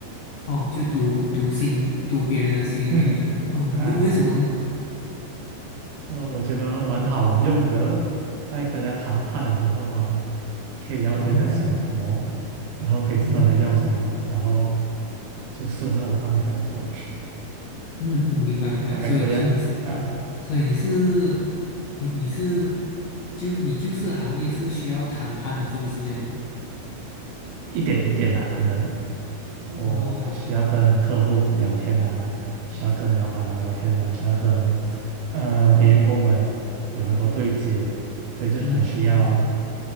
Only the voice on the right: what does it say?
嗯，
啊，
我我觉得蛮好用的哦，在跟人家谈判的时候啊，可以了解人家想什么，
然后可以知道人家要什么，
然后就顺着他的方向走，
<laughs> 大概这样啊，
一点点啊，可能。我需要跟客户聊天啊，
需要跟老板聊天啊，需要跟呃我的员工们有很多对接，所以就是很需要。